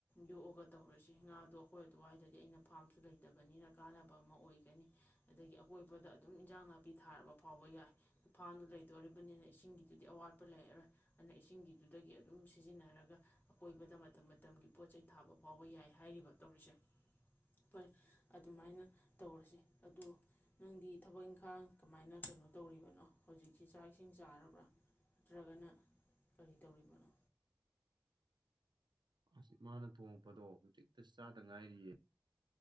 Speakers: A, on the left; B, on the right.
A: ꯌꯣꯛꯑꯒ ꯇꯧꯔꯁꯤ ꯉꯥꯗꯣ ꯑꯩꯈꯣꯏ ꯑꯗꯨꯋꯥꯏꯗꯗꯤ ꯑꯩꯅ ꯐꯥꯝꯁꯨ ꯂꯩꯇ ꯂꯩꯇꯕꯅꯤꯅ ꯀꯥꯟꯅꯕ ꯑꯃ ꯑꯣꯏꯒꯅꯤ ꯑꯗꯒꯤ ꯑꯀꯣꯏꯕꯗ ꯑꯗꯨꯝ ꯏꯟꯖꯥꯡ ꯅꯥꯄꯤ ꯊꯥꯔꯕ ꯐꯥꯎꯕ ꯌꯥꯏ ꯐꯥꯝꯗꯨ ꯂꯩꯗꯣꯔꯤꯕꯅꯤꯅ ꯏꯁꯤꯡꯒꯤꯗꯨꯗꯤ ꯑꯋꯥꯠꯄ ꯂꯩꯔꯔꯣꯏ ꯑꯗꯨꯅ ꯏꯁꯤꯡꯒꯤꯗꯨꯗꯒꯤ ꯑꯗꯨꯝ ꯁꯤꯖꯤꯟꯅꯔꯒ ꯀꯣꯏꯕꯗ ꯃꯇꯝ ꯃꯇꯝꯒꯤ ꯄꯣꯠ ꯆꯩꯩ ꯊꯥꯕ ꯐꯥꯎꯕ ꯌꯥꯏ ꯍꯥꯏꯔꯤꯕ ꯇꯧ ꯔꯤꯁꯦ ꯐꯔꯦ ꯑꯗꯨꯃꯥꯏꯅ ꯇꯧꯔꯁꯤ ꯑꯗꯨ ꯅꯪꯗꯤ ꯊꯕꯛ ꯏꯪꯈꯥꯡ ꯀꯃꯥꯏꯅ ꯀꯩꯅꯣ ꯇꯧꯔꯤꯕꯅꯣ ꯍꯧꯖꯤꯛꯁꯤ ꯆꯥꯛ ꯏꯁꯤꯡ ꯆꯥꯔꯕ꯭ꯔꯥ ꯅꯠꯇ꯭ꯔꯒꯅ ꯀꯔꯤ ꯇꯧꯔꯤꯕꯅꯣ
B: ꯑꯁꯃꯅ ꯊꯣꯡꯉꯛꯄꯗꯣ ꯍꯧꯖꯤꯛꯇ ꯆꯥꯗ ꯉꯥꯏꯔꯤꯌꯦ